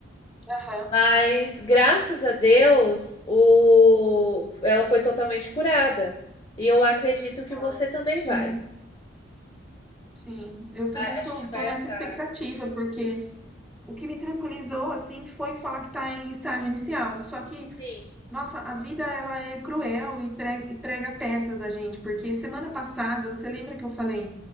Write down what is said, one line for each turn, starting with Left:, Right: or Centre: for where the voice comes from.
Centre: Aham.
Left: Mas graças a Deus, o, ela foi totalmente curada. E eu acredito que você
Centre: Ai,
Left: também
Centre: sim,
Left: vai.
Centre: sim. Eu também
Left: A a gente
Centre: tô, tô
Left: vai
Centre: nessa
Left: atrás.
Centre: expectativa, porque o que me tranquilizou, assim, foi falar que tá em estágio inicial. Só que
Left: Sim.
Centre: Nossa, a vida ela é cruel e pre- e prega peças na gente, porque semana passada, você lembra que eu falei,